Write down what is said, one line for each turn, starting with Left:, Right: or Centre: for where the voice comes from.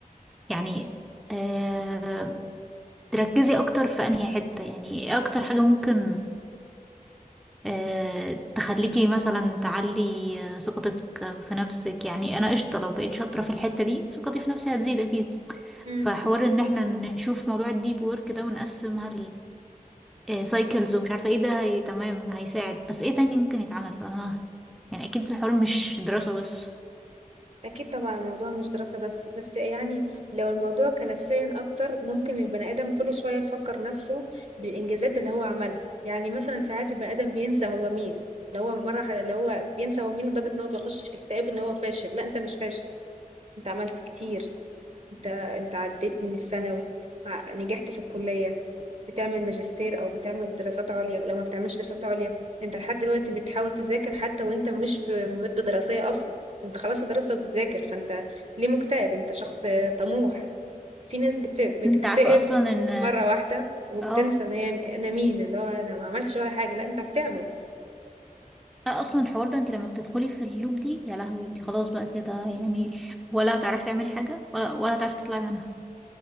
Centre: يعني آه، تركزي اكتر في انهي حتة يعني ايه اكتر حاجة ممكن آه، تخليكي مثلا تعلي آه، ثقتك في نفسك يعني انا قشطة لو بقيت شاطرة في الحتة دي ثقتي في نفسي هتزيد اكيد
Right: إمم.
Centre: فحوار ان احنا نشوف موضوع الديب وورك ده ونقسمها السايكلز ومش عارفة ايه ده هي تمام هيساعد بس ايه تاني ممكن يتعمل فاهمة يعني اكيد الحوار مش دراسة بس
Right: أكيد طبعا الموضوع مش دراسة بس بس يعني لو الموضوع كان نفسيا أكتر ممكن البني آدم كل شوية يفكر نفسه بالإنجازات اللي هو عملها يعني مثلا ساعات البني آدم بينسى هو مين اللي هو مرة ح- اللي هو بينسى هو مين لدرجة إن هو بيخش في اكتئاب إن هو فاشل لا أنت مش فاشل أنت عملت كتير انت انت عديت من الثانوي ع- نجحت في الكلية بتعمل ماجستير او بتعمل دراسات عليا لو ما بتعملش دراسات عليا انت لحد دلوقتي بتحاول تذاكر حتى وانت مش في مدة دراسية اصلا انت خلاص الدراسة وبتذاكر فانت ليه مكتئب انت شخص طموح في ناس بت... بتكتئب
Centre: انت عارفة اصلا ان
Right: مرة واحدة وبتنسى
Centre: اه
Right: ان هي انا مين اللي هو انا ما عملتش ولا حاجة لا انت بتعمل
Centre: لا، اصلا الحوار ده انت لما بتدخلي في اللوب دي يا لهوي انت خلاص بقى كده يعني ولا هتعرفي تعملي حاجة ولا ولا هتعرفي تطلعي منها